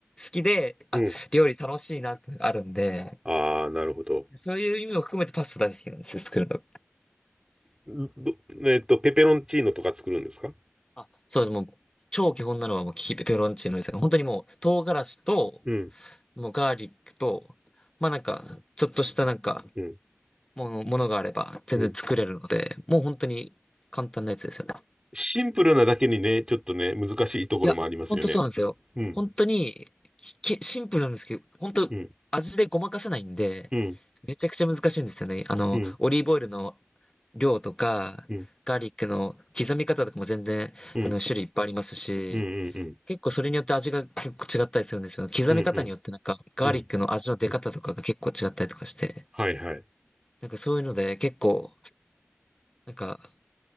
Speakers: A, on the left; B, on the right.
A: きで、あ、
B: うん。
A: 料理楽しいなってあるんで、
B: ああ、なるほど。
A: そういう意味も含めてパスタ大好きなんですよ、作るの。
B: ど、えっと、ペペロンチーノとか作るんですか
A: あ、そうです。もう、超基本なのはもうキペペロンチーノですが、本当にもう、唐辛子と、
B: うん、
A: もうガーリックと、まあなんか、ちょっとしたなんか、
B: うん、
A: もの、ものがあれば全然作れるので、
B: うん。
A: もう本当に簡単なやつですよね。
B: シンプルなだけにね、ちょっとね、難しいところもありますよね。
A: いや、ほんとそうなんですよ。
B: うん、
A: 本当に、き、シンプルなんですけど、本当味でごまかせないんで、
B: うん、うん、
A: めちゃくちゃ難しいんですよね。あの、
B: うん、
A: オリーブオイルの量とか、
B: うん、
A: ガーリックの刻み方とかも全然、
B: うん、
A: あの、種類いっぱいありますし、
B: うん、うん、
A: 結構それによって味が結構違ったりするんですよ。刻み方によってなんか、
B: うん、うん、
A: ガーリックの味の出方とかが結構違ったりとかして、
B: うん、うん。うんはいはい。
A: なんかそういうので結構、なんか、